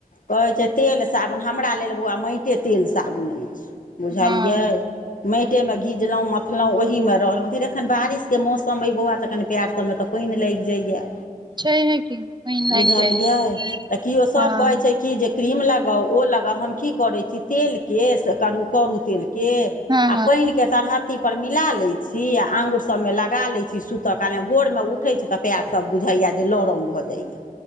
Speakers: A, on the left; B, on the right.
A: कहैत छै तेल साबुन हमरा लेल बौआ माटिे तेल साबुन अछि बुझलियै
B: हँ
A: माटे मे गीजलहुँ मपलहुँ ओहिमे रहलहुँ फेर एखन बारिशके मौसम समयबौआ तऽ कनि पएर सबमे तऽ पानि लागि जाइए
B: छैहे की पानि लागि
A: बुझलियै
B: जाइत हैत।
A: तऽ केओ सभ
B: हँ
A: कहै छै कि जे क्रीम लगाउ ओ लगाउ हम की करै छी तेलके से कर करू तेलके आ
B: हँ
A: पानि के तरहत्ती पर मिला लै छी आ आंगुर सबमे लाग लगा लैत छी सुतऽ क नहि भोरमे उठैत छी तऽ पएर सब बुझैया जे लरम भऽ जाइया